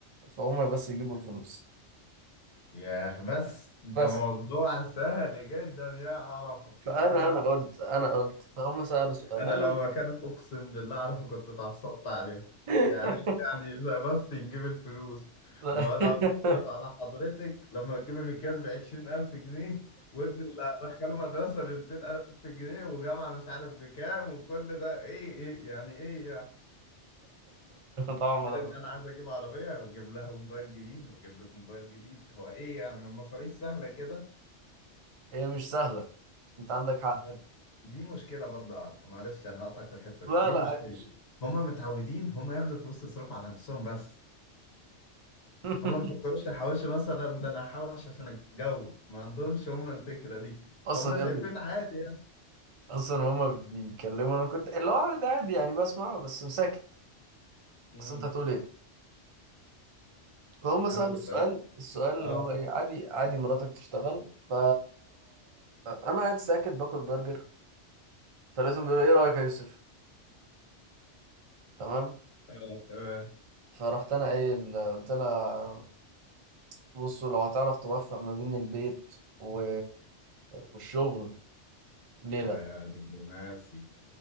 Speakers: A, on the right; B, on the left.
A: فهم بس يجيبوا الفلوس
B: ياه بس ده
A: بس
B: موضوع سهل جدا يا عرفة
A: فانا
B: انا
A: انا قلت انا قلت فهم سالوا سؤال
B: انا
A: انا
B: لو مكانك اقسم بالله عارفة كنت اتعصبت عليه
A: <laughs>
B: يعني يعني لا بس نجيب الفلوس
A: ف-
B: ما هو لو
A: <laughs>
B: انا اصرف على حضرتك لما تجيب المكياج ب 20000 جنيه وابني اللي هدخله مدرسة ب 200000 جنيه وجامعة مش عارف بكام وكل ده ايه ايه يعني ايه يعني
A: طبعا ما
B: غير
A: دخلت
B: ان انا عايز اجيب عربيه واجيب لها موبايل جديد واجيب لك موبايل جديد هو ايه يعني هو المصاريف سهله كده
A: هي مش سهله انت عندك حق
B: هو دي مشكله برضه اعرف معلش انا هقطعك في الحته
A: لا
B: دي دي
A: لا
B: مشكله
A: عادي.
B: هما متعودين هما ياخدوا فلوس تصرف على نفسهم بس
A: <laughs>
B: هما ما بيفكروش يحوشوا مثلا ده انا هحوش عشان اتجوز ما عندهمش هما الفكره دي
A: اصلا
B: هما شايفين
A: يا ابني
B: عادي يعني
A: اصلا هما بيتكلموا انا كنت اللي هو عادي عادي يعني بسمع بس ساكت
B: امم
A: اصل انت هتقول ايه فهم سالوا
B: انا كنت
A: السؤال
B: قلت
A: السؤال اللي
B: اه
A: هو ايه عادي عادي مراتك تشتغل ف انا قاعد ساكت باكل برجر فلقيتهم بيقولوا ايه رايك يا يوسف تمام
B: آه، تمام
A: فرحت انا قايل قلت لها بصوا لو هتعرف توفق ما بين البيت و... والشغل ليه
B: آه
A: لا
B: دبلوماسي